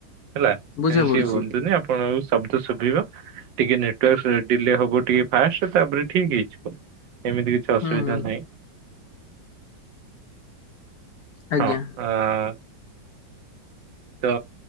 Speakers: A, on the right; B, on the left.
A: ହେଲା
B: ବୁଝା
A: ଏମିତି
B: ପଡୁଛି
A: ହୁଅନ୍ତୁନି ଆପଣଙ୍କୁ ଶବ୍ଦ ଶୁଭିବ ଟିକେ ନଟେୱାର୍କ। ଡିଲେ ହବ ଟିକେ ଫାଷ୍ଟ ତାପରେ ଠିକ ହେଇଯିବ ଏମିତି କିଛି ଅସୁବିଧା
B: ହୁଁ ହୁଁ
A: ନାହିଁ।
B: ଆଜ୍ଞା
A: ହଁ ଆ। ତ